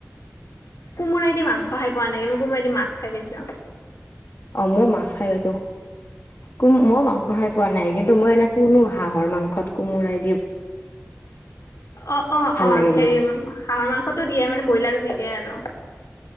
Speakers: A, on the left (about 85°); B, on the left (about 60°).
A: কোমোইদি মাংস খাই পোৱা নাই কিন্তো কোমোৰাইদি মাছ খাই পাইছো।
B: অ মই মাছ খাই পাইছো ক মই মাংস খাই পোৱা নাই কিন্তু মই এনে কোনো হাঁহৰ মাংসত কোমোৰাই দিম।
A: অ অ অ
B: লাগে
A: হেৰি
B: বুলি
A: হাঁহৰ মাংসটোো দিয়ে মানে ব্ৰইলাৰত নিদিয়ে আৰু